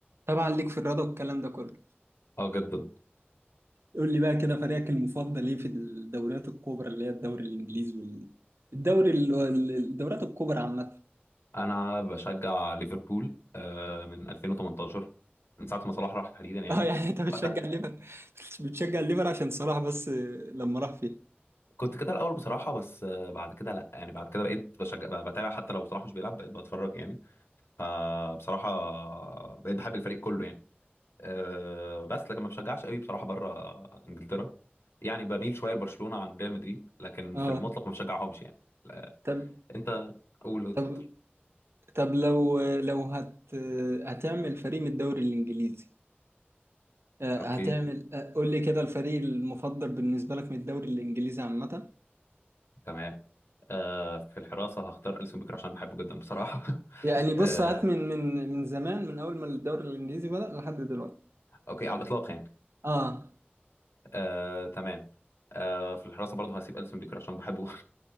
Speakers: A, on the right (about 85°); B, on the left (about 85°).
A: طبعا ليك في الرياضة والكلام ده كله
B: اه جدا
A: قول لي بقى كده فريقك المفضل ايه في الدوريات الكبرى اللي هي الدوري الانجليزي وال... الدوري ال... ال- الدوريات الكبرى عامه
B: انا بشجع ليفربول آه، من 2018 من ساعه ما صلاح راح تحديدا
A: <laughs>
B: يعني
A: اه يعني انت بتشجع
B: وقتها
A: الليفر بتشجع الليفر عشان صلاح بس لما راح فيه
B: كنت كده الاول بصراحه بس آه، بعد كده لا يعني بعد كده بقيت بشجع ب- بتابع حتى لو صلاح مش بيلعب بقيت بتفرج يعني فبصراحه بقيت بحب الفريق كله يعني آه، بس لكن ما بشجعش قوي بصراحه بره انجلترا يعني بميل شويه لبرشلونه عن ريال مدريد لكن
A: اه
B: في المطلق ما بشجعهمش يعني لا،
A: طب
B: انت قول اتفضل
A: طب طب لو لو هت هتعمل فريق من الدوري الانجليزي آه،
B: اوكي
A: هتعمل آه، قول لي كده الفريق المفضل بالنسبة لك من الدوري الانجليزي عامة
B: تمام آه في الحراسة هختار ألسن بيكر عشان بحبه جدا بصراحة
A: يعني
B: <laughs>
A: بص
B: آه
A: هات من من من زمان من اول ما الدوري الانجليزي بدأ لحد دلوقتي
B: أوكي على الإطلاق يعني
A: اه
B: آه تمام آه في الحراسة برضه هسيب ألسن بيكر عشان بحبه <laughs>